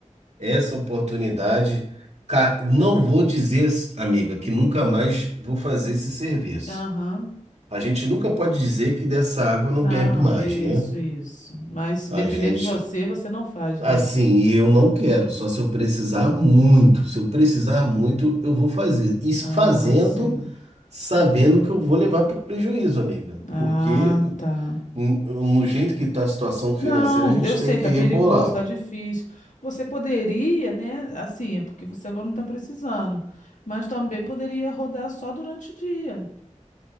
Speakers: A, on the right; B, on the left.
A: Essa oportunidade, ca- não vou dizer, amiga, que nunca mais vou fazer esse serviço.
B: Aham.
A: A gente nunca pode dizer que dessa água não
B: Não,
A: bebe mais,
B: isso,
A: né?
B: isso. Mas se
A: A
B: depender
A: gente,
B: de você, você não faz,
A: assim,
B: né?
A: e eu não quero, só se eu precisar muito. Se eu precisar muito, eu vou fazer. E fazendo,
B: Ah, sim.
A: sabendo que eu vou levar prejuízo, amiga.
B: Ah,
A: Porque
B: tá.
A: n- no jeito que está a situação financeira,
B: Não,
A: a gente
B: eu sei,
A: tem que
B: tá perigoso,
A: rebolar.
B: tá difícil. Você poderia, né? Assim, é porque você agora não tá precisando, mas também poderia rodar só durante o dia.